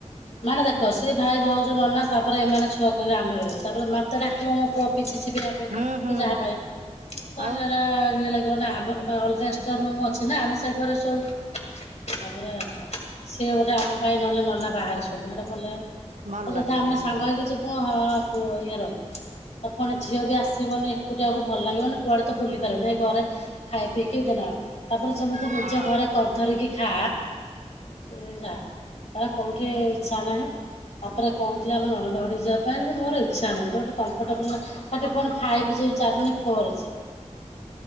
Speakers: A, on the left; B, on the right.
A: ମାନେ ଦେଖ ସିଏ ଭାଇ ଭାଉଜ ନନା ତାପରେ ଏମାନେ ଛୁଆ କହିବେ ଆମେ ରହିବୁ। ତାପରେ ମତେ ଡାକିବ ମୋ ପୁଅ ପିଠିଚିପିବା ପାଇଁ
B: ହୁଁ ହୁଁ
A: ଯାହା ପାଇଁ ତାରା
B: ଆଉ
A: ଇଏ ଲାଗିବ ନା ଆମ ଅଲଗା ଏକ୍ସଟ୍ରାରୁମ୍ ଅଛି ନା ଆମେ ସେ ଘରେ ସୋଉ। ତାପରେ ସିଏ ଗୋଟେ ଆମ ପାଇଁ ନହେଲେ ନନା ବା ଭଲ
B: ଭଲ
A: ତ ଯଦି
B: ଲାଗିବନି
A: ଆମେ
B: ହଁ।
A: ସାଙ୍ଗ ହେଇକି ଯିବୁ ହଁ ଇଏ ରହିବୁ। ପ୍ରଥମେ ଝିଅ ବି ଆସିବନି ଏକୁଟିଆକୁ ଭଲ ଲାଗିବନି କୁଆଡେ ତ ବୁଲି ପାରିବୁନି ଏଇ ଘରେ ଖାଇ ପିଇକି ଦିନ ତାପରେ ଯେମିତି
B: ହଁ
A: ନିଜ ଘରେ କରି ଧରିକି ଖା କ କଉଠି ଇଛା ନାହିଁ। ତାପରେ କହୁଥିଲା ଆମ ନଣନ୍ଦ ଘରେଟି ଯିବା ପାଇଁ ମୋର ଇଛା ନାହିଁ ଯୋଉଠି କମ୍ଫର୍ଟେବଲ ନାଁ ତାକୁ ଟିକେ ଫାଇଭ୍ ଜି ଚାଲୁନି ଫୋର୍ ଜି।